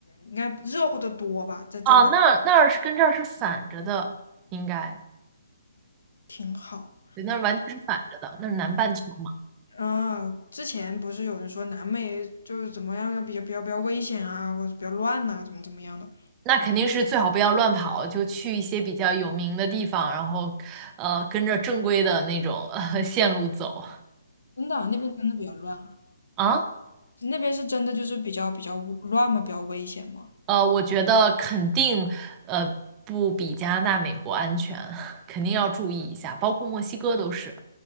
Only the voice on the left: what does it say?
应该热乎的多吧？在在南
挺好。
嗯，之前不是有人说南美就是怎么样，比较比较比较危险啊，或者比较乱呐、怎么怎么样的？
真的，那边真的比较乱啊，
那边是真的就是比较比较乱嘛，比较危险嘛。